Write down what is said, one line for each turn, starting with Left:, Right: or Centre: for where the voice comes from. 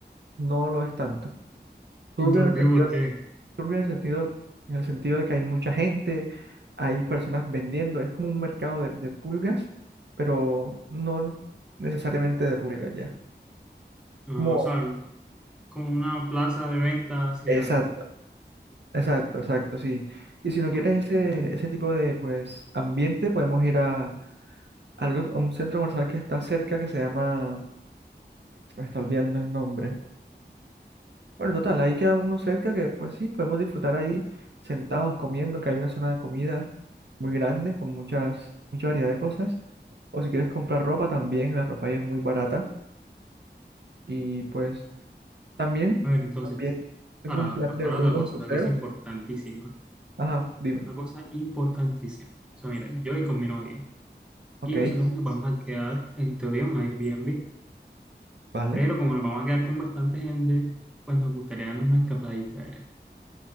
Right: no lo es tanto. Turbio
Centre: ¿Y Turbí
Right: en el sentido
Centre: por qué?
Right: de, turbio en el sentido, en el sentido de que hay mucha gente, hay personas vendiendo, es como un mercado de, de pulgas, pero no necesariamente de pulgas ya.
Centre: Ah,
Right: Como,
Centre: o sea, como una plaza de ventas gigante.
Right: exacto, exacto, exacto, sí. Y si no quieres
Centre: Ajá.
Right: ese, ese tipo de pues ambiente, podemos ir a algo, a un centro comercial que está cerca que se llama, se me está olvidando el nombre Bueno, total, ahí queda uno cerca que pues sí, podemos disfrutar ahí sentados comiendo, que hay una zona de comida muy grande con muchas, mucha variedad de cosas. O si quieres comprar ropa también, la ropa ahí es muy barata. Y pues también,
Centre: A ver, entonces,
Right: también tengo
Centre: ahora,
Right: un
Centre: ahora,
Right: plan de,
Centre: ahora
Right: de
Centre: otra
Right: unos
Centre: cosa,
Right: museos.
Centre: otra cosa importantísima.
Right: Ajá, dime.
Centre: Una cosa importantísima. O sea, mira, yo voy con mi novia
Right: Ok,
Centre: y nosotros nos vamos a quedar, en teoría, en un Airbnb.
Right: vale,
Centre: Pero como nos vamos a quedar con bastante gente, pues nos gustaría darnos una escapadita allá.